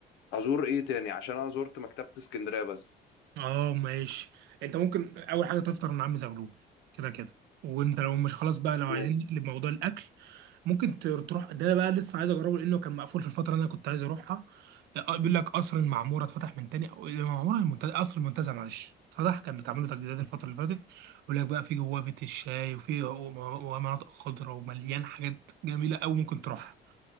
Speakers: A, on the left (about 90°); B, on the right (about 70°).
A: ازور ايه تاني عشان انا زرت مكتبه اسكندريه بس
B: <clears throat> اه ماشي انت ممكن اول حاجة تفطر من عم زغلول كده كده وانت لو مش خلاص بقى لو عايزين
A: م-
B: نقلب موضوع الاكل ممكن ت- تروح ده بقى لسه عايز اجربه لانه كان مقفول في الفتره اللي انا كنت عايز اروحها آه، آه، بيقول لك قصر المعموره اتفتح من تاني او المعموره المنتزه قصر المنتزه معلش اتفتح كان بتعمل له تجديدات الفتره اللي فاتت بيقول لك بقى في جواه بيت الشاي وفي وم- ومناطق خضراء ومليان حاجات جميله قوي ممكن تروحها